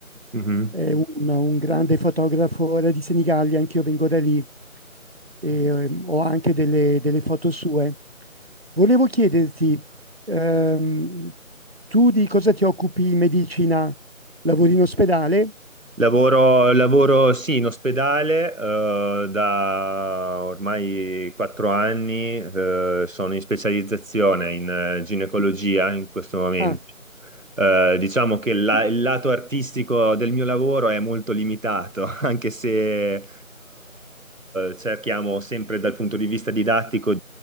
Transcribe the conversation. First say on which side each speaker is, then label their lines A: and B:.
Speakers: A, on the right (about 65°); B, on the right (about 45°).
A: Mhm.
B: è un, un grande fotografo, era di Senigallia, anch'io vengo da lì e ehm, ho anche delle, delle foto sue. Volevo chiederti, ehm, tu di cosa ti occupi in medicina? Lavori in ospedale?
A: Lavoro, lavoro, sì, in ospedale, eh, da ormai quattro anni, eh, sono in specializzazione in eh, ginecologia in questo momento.
B: Ah,
A: Eh, diciamo che la- il lato artistico del mio lavoro è molto limitato, <laughs> anche se eh, cerchiamo sempre dal punto di vista didattico